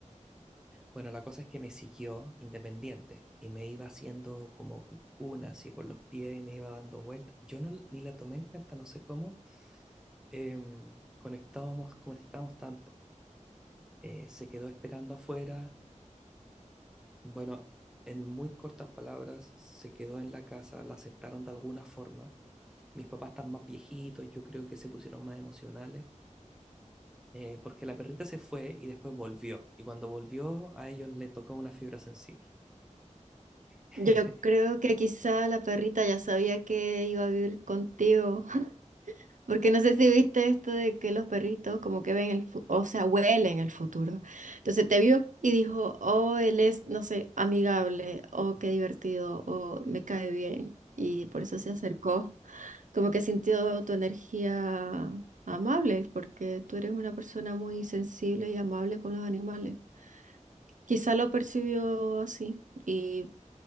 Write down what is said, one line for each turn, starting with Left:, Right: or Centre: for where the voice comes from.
Centre: Bueno, la cosa es que me siguió independiente y me iba haciendo como cucuna así por los pies y me iba dando vueltas. Yo no, ni la tomé en cuenta, no sé cómo, em, conectábamos, conectamos tanto. Eh, se quedó esperando afuera. Bueno, en muy cortas palabras, se quedó en la casa, la aceptaron de alguna forma. Mis papás están más viejitos, yo creo que se pusieron más emocionales, eh, porque la perrita se fue y después volvió. Y cuando volvió, a ellos le tocó una fibra sensible. <laughs>
Right: Yo creo que quizá la perrita ya sabía que iba a vivir contigo. Porque no sé si viste esto de que los perritos como que ven el, fu- o sea, huelen el futuro. Entonces te vio y dijo, oh, él es, no sé, amigable, oh, qué divertido, oh, me cae bien. Y por eso se acercó. Como que sintió tu energía amable, porque tú eres una persona muy sensible y amable con los animales. Quizá lo percibió así. Y